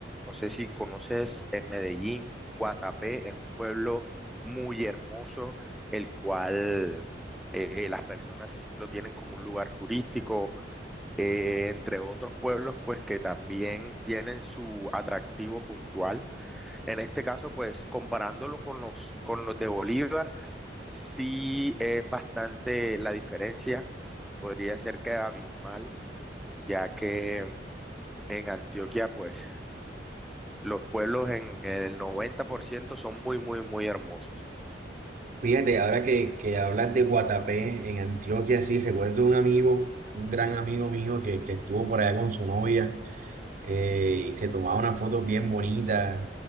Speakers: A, in the centre; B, on the right (about 45°).
A: no sé si conoces en Medellín, Guatapé es un pueblo muy hermoso, el cual eh, las personas lo tienen como un lugar turístico eh, entre otros pueblos, pues que también tienen su atractivo puntual. En este caso, pues comparándolo con los, con los de Bolívar, sí es bastante la diferencia, podría ser que abismal, ya que en Antioquia, pues los pueblos en el 90% son muy, muy, muy hermosos.
B: Fíjate, ahora que, que hablas de Guatapé en Antioquia, sí, recuerdo un amigo, un gran amigo mío que, que estuvo por allá con su novia eh, y se tomaba unas fotos bien bonitas.